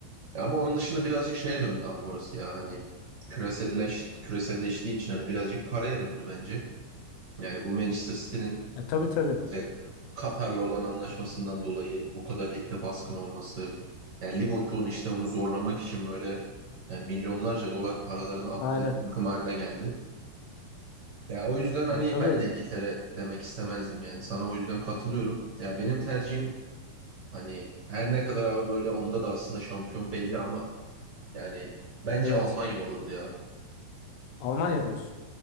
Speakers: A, on the right; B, on the left.
A: E, ama onun dışında birazcık şeye döndü abi orası ya hani küreselleş, küreselleştiği için hani birazcık paraya döndü bence. Yani bu Manchester City'nin
B: E, tabii tabii.
A: işte Katar'la olan anlaşmasından dolayı bu kadar ligde baskın olması, yani Liverpool'un işte onu zorlamak için böyle yani milyonlarca dolar paralarını aktığı
B: Aynen.
A: bir takım haline geldi. Ya o yüzden hani
B: Ya tabii.
A: ben de İngiltere demek istemezdim yani sana o yüzden katılıyorum. Ya benim tercihim hani her ne kadar abi böyle onda da aslında şampiyon belli ama yani bence
B: Evet.
A: Almanya olurdu ya.
B: Almanya diyorsun.